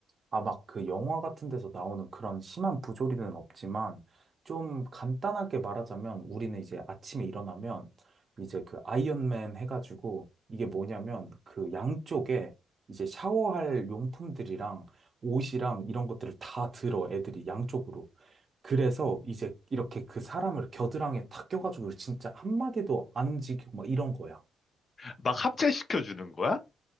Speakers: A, on the right; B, on the left.
A: 아, 막 그 영화 같은 데서 나오는 그런 심한 부조리는 없지만 좀 간단하게 말하자면 우리는 이제 아침에 일어나면 이제 그 아이언맨 해가지고 이게 뭐냐면 그 양쪽에 이제 샤워할 용품들이랑 옷이랑 이런 것들을 다 들어 애들이 양쪽으로. 그래서 이제 이렇게 그 사람을 겨드랑이에 탁 껴가지고 진짜 한마디도 안 움직이고 막 이런 거야.
B: 막 합체시켜주는 거야?